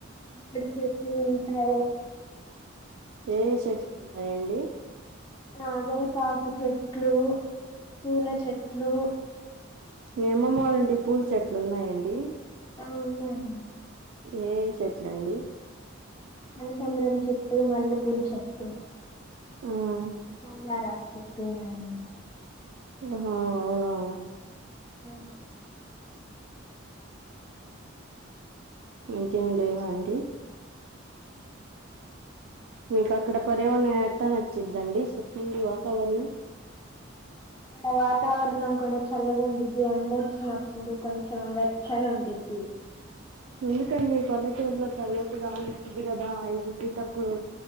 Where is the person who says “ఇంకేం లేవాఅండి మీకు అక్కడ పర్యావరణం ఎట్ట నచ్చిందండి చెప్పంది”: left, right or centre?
Right